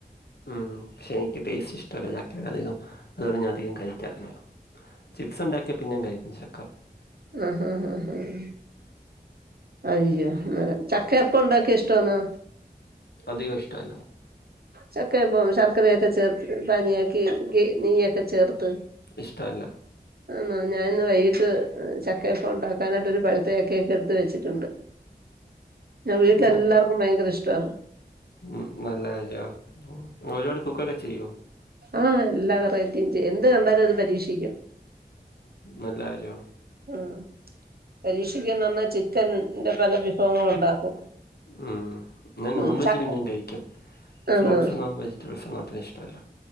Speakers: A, on the left; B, on the right.
A: ഉം പക്ഷെനിക്ക് ടേസ്റ്റിഷ്ടല്ല ചക്കയുടെ അധികം അതാണ് ഞാൻ അധികം കഴിക്കാധികം ചിപ്സ്ണ്ടാക്കിയാ പിന്നേം കഴിക്കും ചക്ക
B: ആ-ഹ-ഹ-ഹ അയ്യോ എന്നാലും ചക്കയപ്പൊണ്ടാക്കിയ ഇഷ്ടാന്നോ
A: അധികം ഇഷ്ടല്ല
B: ചക്കയപ്പം ശർക്കരയൊക്കെ ചേർത്ത് പാനീയാക്കി നെയ്യൊക്കെ ചേർത്ത്
A: ഇഷ്ടഅല്ല
B: ആന്നോ ഞാനിന്ന് വൈകിട്ട് ചക്കയപ്പുണ്ടാക്കാനായിട്ട് ഒരു പഴുത്ത ചക്കയൊക്കെടുത്ത് വെച്ചി ട്ട്ണ്ട് ഞെ വീട്ടിലെല്ലാർക്കും
A: ന-
B: ഭയങ്കര ഇഷ്ടവാ
A: ഉം നല്ലജോനിങ്ങൊരുപാട് കുക്കൊക്കെ ചെയ്യോ
B: ആഹ് എല്ലാ വെറൈറ്റിയും ചെയ്യും എന്ത് കണ്ടാലും അത് പരീക്ഷിക്കും.
A: നല്ലാര്യണ്.
B: ഉം പരീക്ഷിക്കന്ന് പറഞ്ഞാൽ ചിക്കൻന്റെ പല വിഭവങ്ങള ഉണ്ടാക്കും.
A: ഉം ഞാൻ
B: ഉം
A: നോൺവെജ്
B: ചക്ക
A: പിന്നെയും കഴിക്കും. ഫ്രൂട്ടസ്
B: ആണോ
A: എന്നും വെജിറ്റബിൾ സൊ ന്നും അത്ര ഇഷ്ടല്ല